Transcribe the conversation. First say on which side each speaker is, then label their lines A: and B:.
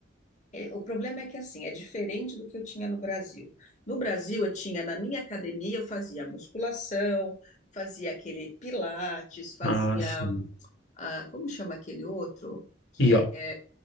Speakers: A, on the left; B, on the left.
A: é, O problema é que assim, é diferente do que eu tinha no Brasil. No Brasil, eu tinha, na minha academia, eu fazia musculação, fazia aquele pilates, fazia.
B: Ah, sim.
A: ah, como chama aquele outro? Que
B: E Yo-
A: é.